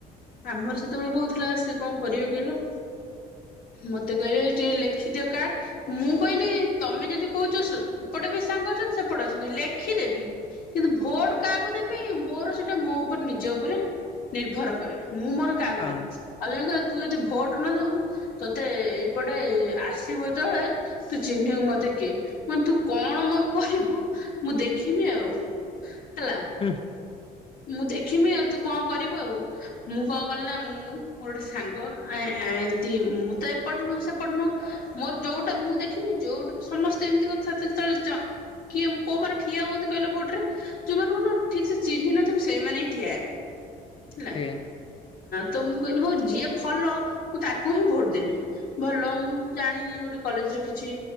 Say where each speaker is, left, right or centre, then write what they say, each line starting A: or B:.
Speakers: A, on the left (about 60°); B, on the left (about 35°).
A: ଆମର ସେତେବେଳେ ହଉଥିଲା ସିଏ କଣ କରିବେ କହିଲ? ମତେ କହିବେ ଏଇ ଟିକେ ଲେଖିଦିଅ କାର୍ଡ। ମୁଁ କହିଲି ତମେ ଯଦି କହୁଛ ସ ଏପଟେ ବି ସାଙ୍ଗ ଅଛନ୍ତି ସେପଟେ ଅଛନ୍ତି ଲେଖିଦେବି। କିନ୍ତୁ ଭୋଟ କାହାକୁ ଦେମି ମୋର ସେଇଟା ମୋ ଉପରେ ନିଜ ଉପରେ। ନିର୍ଭର କରେ ମୁଁ ମୋର କାହାକୁ
B: ହଁ
A: ଦେମି ଆଉ ଜଣେ କହିବ ତୁ ଯଦି ଭୋଟ ନ ଦବୁ। ତତେ ଏଇପଟେ ଆସିବୁ ଯେତେବେଳେ। ତୁ ଚିହ୍ନିବୁ ମତେ କିଏ ମୁଁ କହିନି ତୁ କଣ ମୋର କରିବୁ ମୁଁ ଦେଖିମି ଆଉ। ହେଲା
B: ହୁଁ
A: ମୁଁ ଦେଖିମି ଆଉ ତୁ କଣ କରିବୁ ଆଉ। ମୁଁ କଣ କଲି ନା ମୁଁ ମୋର ଗୋଟେ ସାଙ୍ଗ ଏମତି ମୁଁ ତ ଏପଟ ନୁ ସେପଟ ନୁହଁ। ମୋର ଯୋଉଟା ମୁଁ ଦେଖିମି। ଯୋଉଠୁ ସମସ୍ତେ ଏମିତି କଥାବାର୍ତ୍ତା ଚ କିଏ କୋମାନେ ଠିଆ ହୁଅନ୍ତି କହିଲେ ଭୋଟ ରେ? ଯୋଉମାନ କ ଠିକ୍‌ ସେ ଚିହ୍ନ ନଥିବ ସେଇମାନେ ହିଁ ଠିଆ ହେବେ। ହେଲା
B: ଆଜ୍ଞା
A: ତ ମୁଁ କହିଲି ହୋଉ ଯିଏ ଭଲ ମୁଁ ତାକୁ ହିଁ ଭୋଟ ଦେମି। ଭଲ ମୁଁ ଜାଣିନି ଗୋଟେ କଲେଜରେ କିଛି